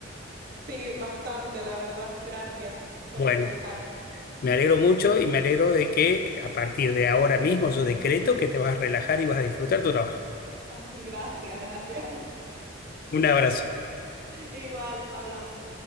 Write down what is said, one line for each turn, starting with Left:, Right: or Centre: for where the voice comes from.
Right: sí, bastante, la verdad. Gracias por
Left: Bueno.
Right: escuchar.
Left: Me alegro mucho y me alegro de que a partir de ahora mismo yo decreto que te vas a relajar y vas a disfrutar tu trabajo.
Right: Ay, gracias, gracias.
Left: Un abrazo.
Right: <laughs> Igual, hablamos.